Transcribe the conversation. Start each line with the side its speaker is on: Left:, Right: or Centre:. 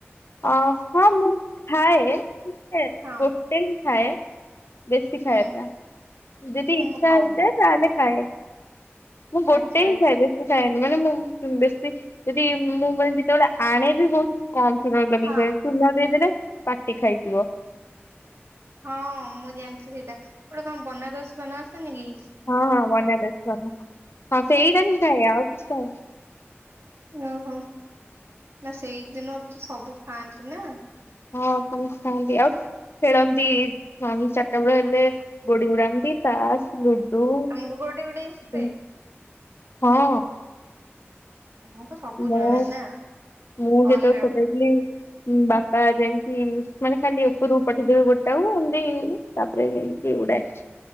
Left: ଅ ହଁ, ମୁଁ ଖାଏ-ଏ
Right: ହଁ
Left: ଗୋ <unintelligible> ଖାଏ ବେଶୀ
Right: ହୁଁ
Left: ଖାଏ ନା। ଯଦି ଇଚ୍ଛା
Right: ମୁଁ ଖାଏନି
Left: ହେଇଥାଏ।
Right: ଏତେ
Left: ତା, ହେଲେ ଖାଏ। ମୁଁ ଗୋଟେ
Right: ଆଚ୍ଛା
Left: ହିଁ
Right: ଆଚ୍ଛା
Left: ଖାଏ। ବେଶ ଖାଏନି। ମାନେ ମୁଁ ବେଶୀ ଯଦି, ମୁଁ ମାନେ ଯେତେବେଳେ ଆଣେ ବିି ବହୁତ କମ ଚୂନ ଲଗେଇକି
Right: ହଁ
Left: ଖାଏ। ଚୂନ ଦେଇଦେଲେ ପାଟି ଖାଇଯିବ।
Right: ହଁ, ମୁଁ ଜାଣିଛି ସେଇଟା। ଗୋଟେ କଣ ବନାରସ ପାନ ଆସେନିକି?
Left: ହଁ, ହଁ, ବନାରସ ପାନ। ହଁ ସେଇଟା ହିଁ ଖାଏ। ଆଉ କିଛି ଖାଏନି।
Right: ଓହୋ! ନା ସେଇଦିନ ତ ସବୁ ଖାଆନ୍ତି ନା।
Left: ହଁ ସମୁଖାନ୍ତି। ଆଉ ଖେଳନ୍ତି। ହଁ ଚାରିଟା ବେଳେ ହେଲେ, ଗୋଡି ଉଡାନ୍ତି, ତାସ, ଲୁ ଡୁ
Right: ତମକୁ ଗୋଟେ ଗୋଟେ ଆସେ?
Left: <inaudible> ହଁ।
Right: ତମକୁ ସବୁ
Left: ମୁଁ,
Right: ଜଣା ନା
Left: ମୁଁ ଯେତେବେଳେ
Right: ଅଲରାଉଣ୍ଡର
Left: ଛୋଟ ହେଇଥିଲି ବାପା ଯାଇଁକି, ମାନେ ଖାଲି ଉପରକୁ ପଠେଇଦେବେ ଗୁଡ଼ିଟାକୁ ଏମତି ତାପରେ ଏମତି ଉଡେ।